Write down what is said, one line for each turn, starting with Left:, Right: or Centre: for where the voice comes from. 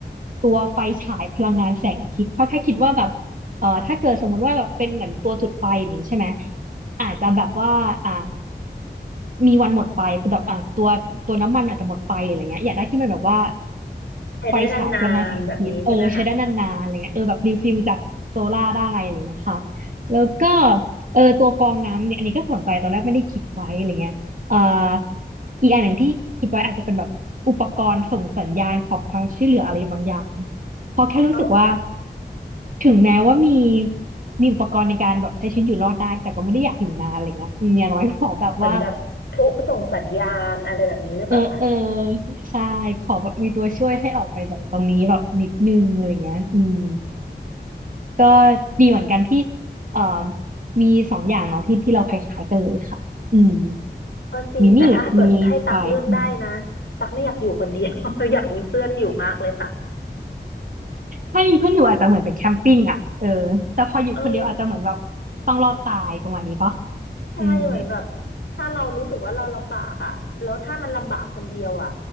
Right: ตัวไฟฉายพลังงานแสงอาทิตย์เพราะแค่คิดว่าแบบเอ่อถ้าเกิดสมมติว่าแบบเป็นเหมือนตัวจุดไฟอย่างนี้ใช่ไหมอาจจะแบบว่าอ่า มีวันหมดไปคือแบบอ่ะตัวตัวน้ำมันอาจจะหมดไปอะไรเงี้ยอยากได้ที่มันแบบว่า
Left: ใช้ได้นานๆแบบนี้ใช่ไหมคะ
Right: ไฟฉายพลังงานแสงอาทิตย์เออใช้ได้นานๆอะไรเงี้ยเออแบบรีฟิลจากโซล่าร์ได้อะไรเงี้ยค่ะแล้วก็เออตัวกรองน้ำเนี่ยอันนี้ก็สนใจตอนแรกไม่ได้คิดไว้อะไรเงี้ยเอ่ออีกอันหนึ่งที่คิดไว้อาจจะเป็นแบบอุปกรณ์ส่งสัญญาณขอความช่วยเหลืออะไรบางอย่างเพราะแค่รู้สึกว่า
Left: อ๋อ
Right: ถึงแม้ว่ามีมีอุปกรณ์ในการแบบใช้ชีวิตอยู่รอดได้แต่ก็ไม่ได้อยากอยู่นานอะไรเงี้ยอืมอย่างน้อยก็ขอแบบว่า
Left: เหมือนแบบพลุส่งสัญญาณอะไรแบบนี้หรือเปล่าคะ
Right: เออเออใช่ขอแบบมีตัวช่วยให้ออกไปจากตรงนี้แบบนิดนึงอะไรเงี้ยอืมก็ดีเหมือนกันที่เอ่อมีสองอย่างเนาะที่ที่เราคล้ายๆกันเลยค่ะอืม
Left: ก็จริงแต่ถ้าเกิดให้ตักเลือกได้นะ
Right: มีมีดมีไฟอืม
Left: ตักไม่อยากอยู่คนเดียว <laughs> อยากมีเพื่อนอยู่มากเลยค่ะ
Right: ถ้ามีเพื่อนอยู่อาจจะเหมือนไปแคมปิ้งอ่ะเออแต่พออยู่คนเดียวอาจจะเหมือนแบบ
Left: เออ
Right: ต้องรอดตายประมาณนี้ปะ
Left: ใช่เหมือนแบบ
Right: อืม
Left: ถ้าเรารู้สึกว่าเราลำบากอ่ะแล้วถ้ามันลำบากคนเดียวอ่ะ